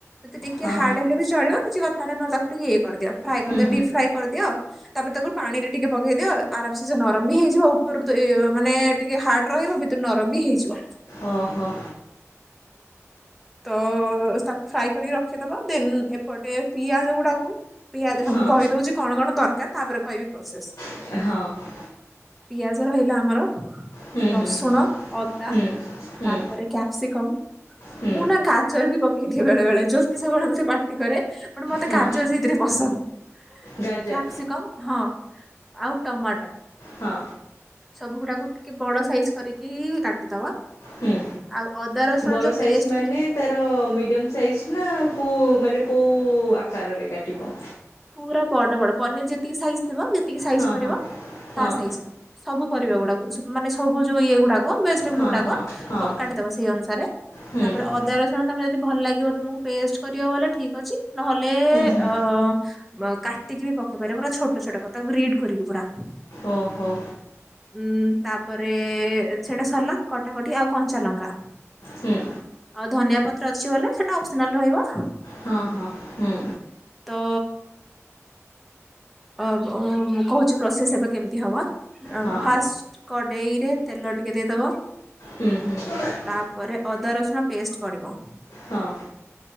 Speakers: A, in the centre; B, on the left.
A: ଏମିତି ଟିକେ
B: ହଁ
A: ହାର୍ଡ ହେଲେ ବି ଚଳିବ କିଛି କଥା ନାହିଁ। ନ ତାକୁ ଟିକେ ଇଏ କରିଦିଅ ଫ୍ରାଏ
B: ହଁ
A: କରିଦିଅ ଡିପ୍ ଫ୍ରାଏ କରିଦିଅ। ତାପରେ ତାକୁ ପାଣିରେ ଟିକେ ପକେଇଦିଅ। ଆରାମ ସେ ସେ ନରମ ବି ହେଇଯିବ ଉପରୁ ତ ଏ ମାନେ ଟିକେ ହାର୍ଡ ରହିବ, ଭିତରୁ ନରମ ବି ହେଇଯିବ।
B: ଓ ହୋ।
A: ତ ତାକୁ ଫ୍ରାଏ କରିକି ରଖିଦବ। ଦେନ ଏପଟେ ପିଆଜ ଗୁଡାକୁ ପିଆଜ
B: ହଁ
A: ମୁଁ କହିଦଉଛି କଣ କଣ ଦରକାର, ତାପରେ କହିବି ପ୍ରୋସେସ।
B: ହଁ।
A: ପିଆଜ ରହିଲା ଆମର
B: ହୁଁ
A: ରସୁଣ,
B: ହୁଁ
A: ଅଦା
B: ହୁଁ
A: ତାପରେ
B: ହୁଁ
A: କ୍ୟାପ୍ସିକମ୍
B: ହୁଁ
A: ମୁଁ ନା ଗାଜର ବି ପକେଇଦିଏ ବେଳେ ବେଳେ, ଜ୍ୟୋତି ସବୁବେଳେ ମତେ ପାଟି କରେ। ବଟ ମତେ
B: ହଁ
A: ଗାଜର ସେଇଥିରେ ପସନ୍ଦ।
B: ଗାଜର
A: କ୍ୟାପସିକମ୍ ହଁ ଆଉ ଟମାଟ।
B: ହଁ
A: ସବୁ ଗୁଡାକୁ ଟିକେ ବଡ ସାଇଜ କରିକି ହି କାଟିଦବା।
B: ହୁଁ
A: ଆଉ ଅଦା ରସୁଣ
B: ବଡ଼
A: ଯୋଉ
B: ସାଇଜ୍
A: ପେଷ୍ଟ
B: ମାନେ ତାର ମିଡ଼ିୟମ ସାଇଜ୍ ନା କୋଉ ମାନେ କୋଉ ଆକାରରେ କାଟିବ?
A: ପୁରା ବଡ ବଡ ପନିର ଯେତିକି ସାଇଜ ଥିବ, ଯେତିକି ସାଇଜ
B: ହଁ
A: କରିବ।
B: ହଁ ହଁ
A: ତା ସାଇଜର ସବୁ ପରିବା ଗୁଡାକୁ ମାନେ ସବୁ ଯୋଉ ଇଏ ଗୁଡାକ ଭେଜିଟେବୁଲ
B: ହଁ
A: ଗୁଡାକ
B: ହଁ ହଁ
A: କ କାଟିଦବ ସେଇ ଅନୁସାରେ,
B: ହୁଁ
A: ତାପରେ
B: ହୁଁ
A: ଅଦାର ସୁଣ ତମକୁ ଯଦି ଭଲ ଲାଗିବ, ତମକୁ ପେଷ୍ଟ କରିବ ବୋଲେ ଠିକ ଅଛି। ନହେଲେ
B: ହୁଁ
A: ଅ ବ କାଟିକି ବି ପକେଇ ପାରିବ, ପୁରା ଛୋଟ ଛୋଟ କ ତାକୁ ରିଡ କରିକି ପୁରା।
B: ଓ ହୋ।
A: ଉଁ ତାପରେ ସେଟା ସରିଲା କଟାକଟି, ଆଉ କଞ୍ଚା ଲଙ୍କା
B: ହୁଁ।
A: ଆଉ ଧନିଆ ପତ୍ର ଅଛି ବୋଲେ, ସେଇଟା ଅପସନାଲ ରହିବ।
B: ହଁ- ହଁ- ହୁଁ।
A: ଓ। ଅ- ଅ -ମୁଁ କହୁଛି ପ୍ରୋସେସ ଏବେ କେମିତି ହବ?
B: ହଁ
A: ଫାଷ୍ଟ କଡେଇରେ ତେଲ ଟିକେ ଦେଇଦବ
B: ହୁଁ- ହୁଁ।
A: ତାପରେ ଅଦା ରସୁଣ ପେଷ୍ଟ ପଡ଼ିବ।
B: ହଁ।